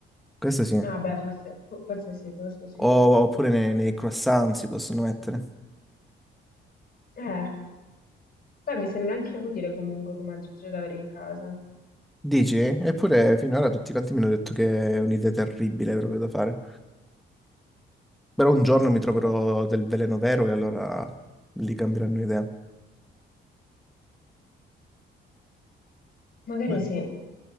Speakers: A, in the centre; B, on the left.
A: Questo sì.
B: Ah beh, forse, fo- forse sì, forse sì.
A: O- oppure nei, nei croissant si possono mettere.
B: Eh, beh, mi sembra anche utile comunque come aggeggio da avere in casa.
A: Dici? Eppure finora tutti quanti mi hanno detto che è un'idea terribile proprio da fare. Però un giorno mi troverò
B: Boh,
A: del veleno vero e allora lì cambieranno idea.
B: Magari
A: Beh,
B: sì.